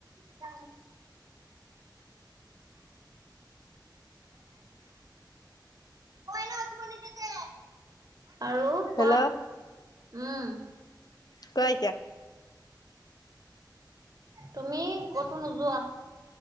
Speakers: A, on the right; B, on the left.
A: <unintelligible> ব ন অথিব ন তেতে আৰু কোৱা?
B: হেল্ল'
A: উম'।
B: কুৱা এতিয়া।
A: তুমি ক'তো নোযোৱা?